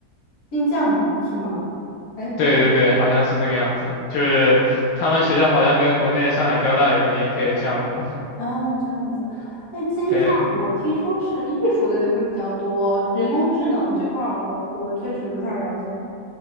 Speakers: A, on the left; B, on the left.
A: 新疆是吗？哎。
B: 对对对，好像是这个样子，就是他们学校好像跟国内的上海交大有个联培的项目。
A: 啊，这样子，哎，金匠，
B: 对，
A: 我听说是艺术类的会比较多，人工智能这块儿我我确实不太了解。